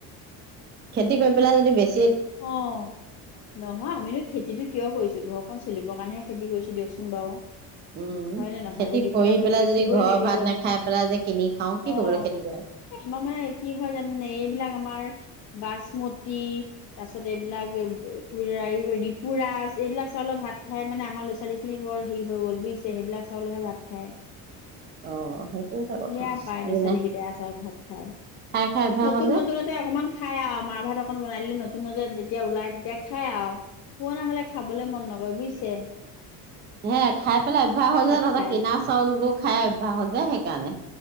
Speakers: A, on the right; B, on the left.
A: খেতি কৰি পেলাই যদি বেছি
B: অ', নহয় আমিনো খেতিটো কিয় কৰিছো ঘৰখন চলিবৰ কাৰণে খেতি কৰিছো দিয়কচোন বাৰু।
A: উম
B: হয় নে নহয়,
A: খেতি
B: এতিয়া বিপদে
A: কৰি
B: আপদেটো
A: পেলাই
B: বেচিবই
A: যদি ঘৰৰ
B: লাগিব।
A: ভাত নাখাই পেলাই যে কিনি খাওঁ কি
B: অ',
A: কৰিবলৈ খেতি কৰে
B: আমাৰ মানে কি হয় জানেনে এইবিলাক আমাৰ বাছম তি তাৰ পিছত এইবিলাক কি এই ৰিপুৰাচ, এইবিলাক চাউলৰ ভাত খাই মানে আমাৰ ল'ৰা ছোৱালী খিনি বৰ হেৰি হৈ গল বুজিছে সেইবিলাক চাউলহে ভাত খায়।
A: অ সেইটো এটা কথা
B: বেয়া পাই ল'ৰা
A: যোনে
B: ছোৱালী কেইটাই আচল ভাত খাই।
A: খাই খাই অভ্যাস
B: নতুন
A: হ'ল যে
B: নতুনতে অকনমান খাই আৰু মাৰ ভাত অকন বনাই দিলে ন নতুনতে যেতিয়া ওলাই তেতিয়া খাই আৰু, পূৰণা হলে খাবলৈ মন নকৰে বুইছে।
A: সেয়াই খাই পেলাই অভ্যাস হল যে,
B: ভাত খায়
A: কিনা চাউলটো খাই অভ্যাস হল যে সেইকাৰণে,